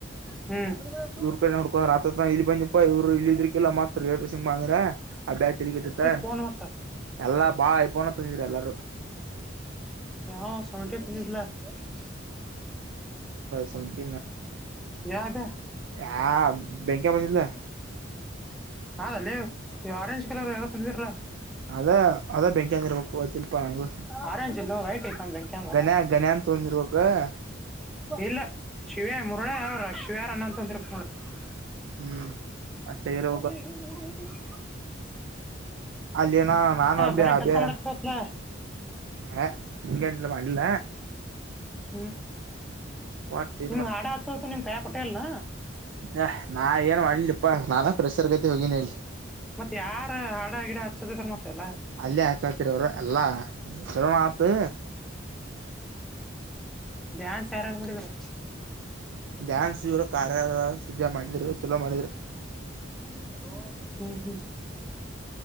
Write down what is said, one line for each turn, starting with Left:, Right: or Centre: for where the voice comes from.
Centre: ಹ್ಮ್
Right: ಇವ್ರ ಕಡೆ ನೋಡ್ಕೊಂಡ್ ಆ ಇಲ್ಲಿ ಬಂದಿಪಾ ಇವರು ಇ ಇದರ್ಕಿಲ್ಲ ಮ ಮಾತ್ರ ರೋಷನ್ ಬ ಅಂಗ್ರ ಆ ಬ್ಯ್ ತಿೆಲಿಗ ಇಟ್ಟತ್
Centre: ಕೋನ್ ಮತ್ತ <unintelligible>
Right: ಎಲ್ಲಾ ಬಾ ಐಫೋನ್ ತಂದಿದ್ರಿ ಎಲ್ಲಾರೂ
Centre: ಯಾವ ಸಮಟ ತಿನ್ನಿಲ್ಲ <unintelligible>
Right: ಸವೆಂಟ
Centre: ಯಾವ ಅದೇ
Right: ಹ ಬ್ಯಾಂಕೆ ಮ <unintelligible>
Centre: ಹ ನೀವು ಕಲರ್ ಎಲ್ಲ ತಂದಿರಲ್ಲಾ
Right: ಅದ ಅದ ಬೆಂಕಿಂದ ಇರ್ಬೇಕು ಅ <unintelligible> ಶಿಲ್ಪ ನಂಗು
Centre: ಆರೆಂಜ್ ಇಲ್ಲ ವೈಟ್ ಐತೆ ಒಂದ್ ಬೆಂಕಿ ಅಂದ
Right: ಗನಯ ಗನ್ಯ ತೊಿ ರೂರುವಕ <unintelligible>
Centre: ಇಲ್ಲ ಶಿವ್ಯ ಮುರುಳೆ ಅವ್ರ ಶಿವ್ಯಾರ ಅನ್ನ ಅಂತಂದ್ರ ನೋಡ <unintelligible>
Right: ಹ್ಮ್ ಅಷ್ಟೇ ಇರೋ
Centre: ನೀ <unintelligible>
Right: ಅಲ್ಲಿನ ನಾನು ಅಬ್ಯ
Centre: ಬರೇ
Right: ಅಬ್ಯ
Centre: ಕೆಲಸ ಮಾಡತ್ತಲ್ಲ
Right: ಹ ಇಲ್ಲ ಮಾಡಲ್ಲ
Centre: ಹ್ಮ್
Right: ಒಟ್
Centre: ನಿಮ್ ಹಾಡ ಹಚ್ಚೋತ ನಿಮ್ ಕಾಯ ಕೊಟ್ಟೇಲ್ನ
Right: ಹ ನಾ ಏನ್ ಮಾಡ್ಲಿಪ್ಪಾ ನಾನಾ ಪ್ರೆಸರ್ ಗತಿ ಹೋಗನಿ <unintelligible>
Centre: ಮತ್ತತ್ ಯಾರ ಹಡ ಗಿಡ ಹಚ್ಚಸದ ಮತ್ತೆ ಎಲ್ಲ
Right: ಅಲ್ಲಿ ಹಚಾತ್ರಿ ಅವರು ಎಲ್ಲಾ ಹೇಳೋಣ ಮಾತು
Centre: ಡ್ಯಾನ್ಸ್ ಯಾರ್ಯಾರ್ ಮಾಡಿದ್ರು
Right: ಡ್ಯಾನ್ಸ್ ಕಾರ್ಯಾರ ಸುಜ <unintelligible> ಮಾಡಿದ್ರ ಚಲೋ ಮಾಡಿದ್ರ
Centre: <inaudible> ಹ್ಮ್ ಹ್ಮ್